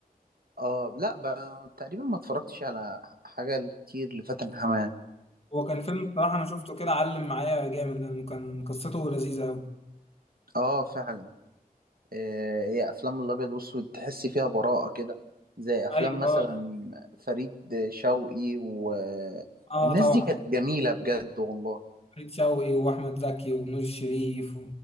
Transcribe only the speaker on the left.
هو كان فيلم بصراحة انا شفته كده علم معايا جامد لانه كان قصته لذيذة قوي
ايوه
اه طبعا
فريد شوقي واحمد زكي ونور الشريف و...